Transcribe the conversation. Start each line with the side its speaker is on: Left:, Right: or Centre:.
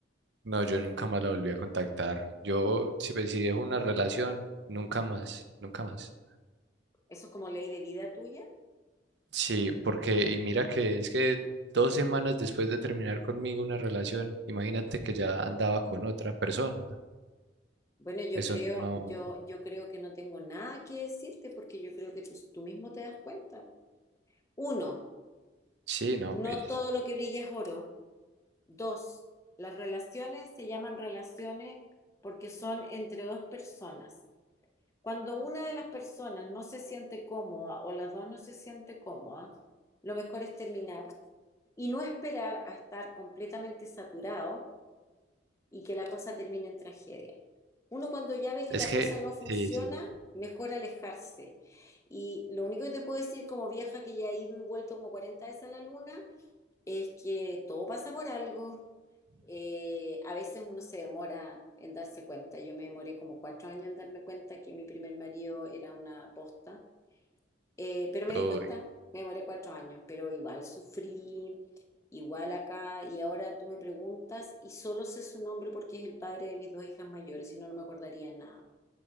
Right: No, yo nunca más la volví a contactar. Yo, si, pues, si dejo una relación, nunca más, nunca más.
Left: eso es como ley de vida tuya.
Right: Sí, porque, y mira que es que dos semanas después de terminar conmigo una relación, imagínate que ya andaba con otra persona.
Left: Bueno, yo
Right: Eso
Left: creo,
Right: no,
Left: yo, yo creo que no tengo nada que decirte porque yo creo que tú, tú mismo te das cuenta. Uno,
Right: sí, no,
Left: no
Right: pues,
Left: todo lo que brilla es oro. Dos, las relaciones se llaman relaciones porque son entre dos personas. Cuando una de las personas no se siente cómoda o las dos no se siente cómoda, lo mejor es terminar y no esperar a estar completamente saturado y que la cosa termine en tragedia. Uno cuando ya ve que
Right: es
Left: la
Right: que,
Left: cosa no funciona,
Right: sí, sí,
Left: mejor alejarse. Y lo único que te puedo decir como vieja que ya he ido y vuelto como 40 veces a la luna, es que todo pasa por algo. Eh, a veces uno se demora en darse cuenta. Yo me demoré como cuatro años en darme cuenta que mi primer marido era una bosta. Eh, pero me
Right: uy,
Left: di cuenta, me demoré cuatro años, pero igual sufrí, igual acá. Y ahora tú me preguntas y solo sé su nombre porque es el padre de mis dos hijas mayores, si no, no me acordaría de nada.